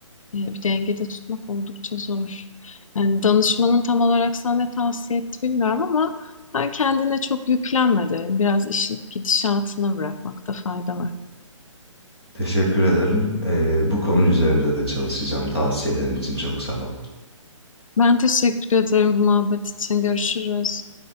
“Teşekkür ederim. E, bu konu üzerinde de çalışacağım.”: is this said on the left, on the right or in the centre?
Centre